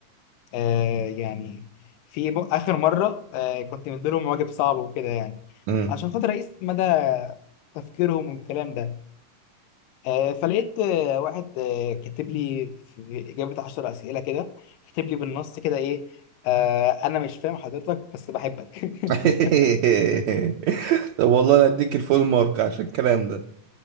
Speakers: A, on the left (about 85°); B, on the right (about 70°).
A: آه يعني في م- اخر مرة آه كنت مديلهم واجب صعب وكده يعني
B: امم
A: عشان خاطر اقيس مدى تفكيرهم والكلام ده آه، فلقيت آه، واحد آه، كاتب لي في إجابة عشر أسئلة كده كاتب لي بالنص كده إيه آه، أنا مش فاهم حضرتك بس بحبك <laughs>
B: <laughs> طب والله انا اديك الفول مارك عشان الكلام ده